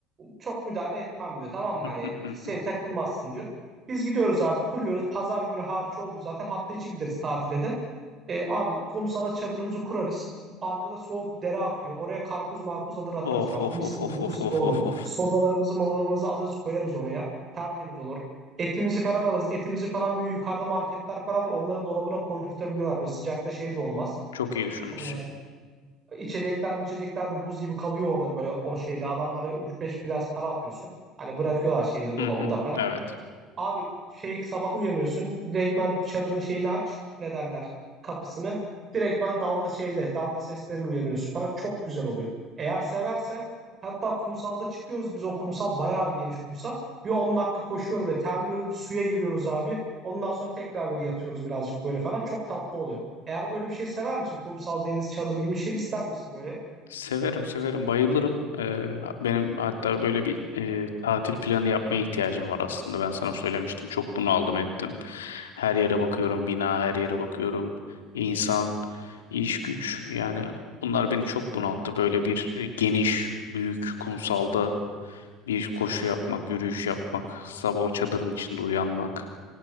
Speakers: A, on the right (about 35°); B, on the left (about 80°).
A: çok müdahale etmem diyor. Tamam mı? Hani
B: Hı hı
A: şey
B: hı hı.
A: takılmazsın diyor. Biz gidiyoruz abi kuruyoruz. Pazar günü hariç oldu zaten. Hafta içi gideriz tatile de. E, abi kumsala çadırımızı kurarız. Arkada soğuk bir dere akıyor. Oraya karpuz marpuz alır atarız
B: Of
A: bak.
B: of
A: Mis
B: of of
A: gibi
B: of
A: buz
B: of
A: gibi olur.
B: of of.
A: Sodalarımızı malalarımızı alırız koyarız oraya. Tertemiz olur. Etimizi falan alırız. Etimizi falan böyle yukarıda marketler falan var. Onların dolabına koydurtabiliyorlar. Böyle sıcakta şey de olmaz.
B: Çok iyi düşünmüşsün.
A: E, içecekler mi içecekler de buz gibi kalıyor orada böyle o şeyde. Adamlara üç beş biraz para atıyorsun. Hani bırakıyorlar şeyinde dolabında
B: Hı hı.
A: falan.
B: Evet.
A: Abi şey sabah uyanıyorsun. Direktmen çadırın şeyini aç. Ne derler? Kapısını. Direktmen dalga şeyle, dalga sesleriyle uyanıyorsun falan. Çok güzel oluyor. Eğer seversen hatta kumsalda çıkıyoruz biz o kumsal bayağı bir geniş kumsal. Bir 10 dakika koşuyoruz ve terliyoruz. Bir suya giriyoruz abi. Ondan sonra tekrar böyle yatıyoruz birazcık böyle falan. Çok tatlı oluyor. Eğer böyle bir şey sever misin? Kumsal, deniz, çadır gibi bir şey ister misin böyle?
B: Severim severim bayılırım. Ee, benim hatta böyle bir e, tatil planı yapmaya ihtiyacım var aslında. Ben sana söylemiştim. Çok bunu aldım ettim. Her yere bakıyorum. Bina her yere bakıyorum. İnsan, iş güç yani bunlar beni çok bunalttı. Böyle bir e, geniş, büyük kumsalda bir koşu yapmak, yürüyüş yapmak, sabah o çadırın içinde uyanmak,